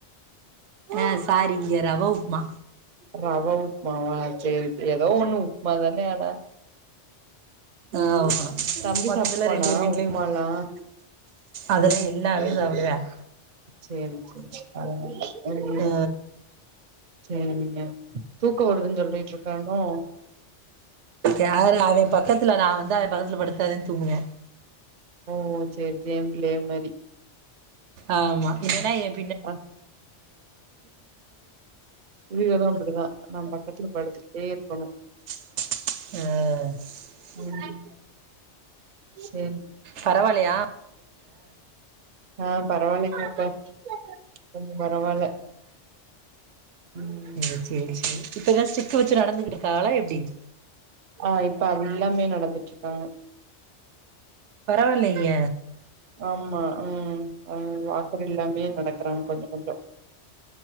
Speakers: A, on the right; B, on the right.
A: ஆஹ பாரிங்க ரவா உப்மா
B: ரவா உப்புமாவா செரி ஏதோ ஒண்ணு உப்மா தானே ஆனா
A: ஆஹ ஆ
B: தம்பி
A: மொத்தத்துல
B: சாப்ட்டுக்குவானா
A: ரெண்டு பேர் வீட்லய
B: உப்புமாலாம்?
A: அதெலாம் எல்லாமே சாப்பிடுவான்
B: செரி செரி ஆஹ உம்
A: ஆ
B: செரிங்க தூக்கம் வருதுன்னு சொல்லிட்டு இருக்கானோ
A: யாரு அவன் பக்கத்துல நான் வந்து அவன் பக்கத்துல படுத்தா தான் தூங்குவியான்
B: ஓ செரி சேம் ஏன் பிள்ள மாரி
A: ஆமா இல்லென்னா எப்
B: அஹ இதுக தா அப்டிதா நம்பக் <unintelligible> படுத்திட்டே இருக்கணும்
A: ஹ
B: உம் செரி
A: பரவால்லையா
B: ஆஹ் பரவால்லைங்கக்கா கொஞ்சோ பரவால்ல ம்
A: ம்ம் செரி செரி இப்ப எதா ஸ்டிக் வச்சு நடந்துட்ருக்களா எப்டி
B: ஆஹ் இப்ப அது எல்லாமே நடந்துட்டுருக்காங்க
A: பரவால்லைங்க
B: ஆமா உம் வாக்கர் இல்லாமே நடக்கறாங்க கொஞ்சோ கொஞ்சோ